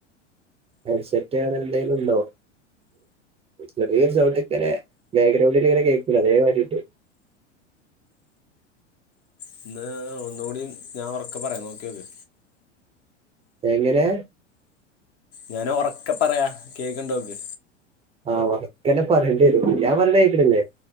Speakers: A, on the right; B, on the left.
A: ഹെഡ്സെറ്റ്ങ്ങ നെന്തെലും ണ്ടോ? ചെറിയൊരു സൗണ്ട്ങ്ങനെ ബേഗ്രൗണ്ടിൽ ങ്ങനെ കേക്കൂലെ അതേ മാരിണ്ട്.
B: ത്... ഒന്നൂടിം ഞാ ഒർക്കെ പറയ നോക്ക്യോക്ക്.
A: എങ്ങനെ?
B: ഞാനൊറെക്കെ പറയാ കേക്ക് ണ്ടോക്ക്.
A: ആഹ് ഓർക്കനെ പറ്യണ്ട്യരു ഞാ പറിണെ ഏക്ക്ണില്ലേ?